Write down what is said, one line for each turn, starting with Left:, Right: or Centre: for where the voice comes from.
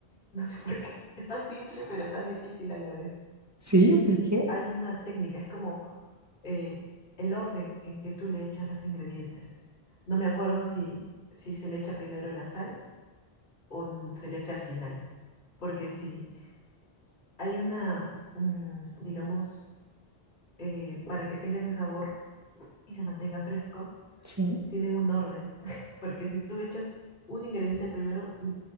Left: no sé por qué, es tan simple pero tan difícil a la vez.
Right: Sí, ¿por qué?
Left: Hay una técnica, es como eh, el orden en que tú le echas los ingredientes. No me acuerdo si, si se le echa primero la sal o n- se le echa al final, porque si hay una, mm, digamos, eh, para que tenga ese sabor y se mantenga fresco
Right: Sí.
Left: tienen un orden, <laughs> porque si tú echas un ingrediente al primero, mm,